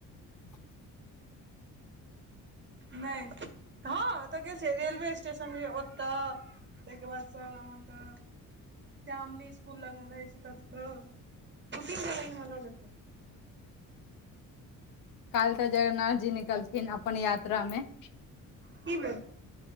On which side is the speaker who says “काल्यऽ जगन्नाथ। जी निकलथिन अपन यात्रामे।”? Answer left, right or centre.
Left